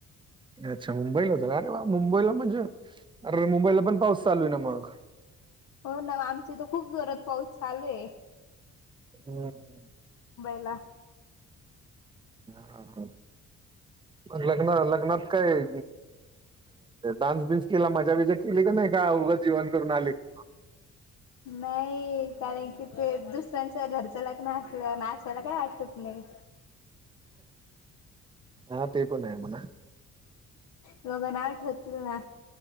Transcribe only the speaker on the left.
हो ना आमचे तर खूप जोरात पाऊस चालूयं
अला
नाही कारण की ते दुसऱ्यांच घरचं लग्न असलं ना मा असवायला काही वाटत नाही
दोघांना ना आठवतील ना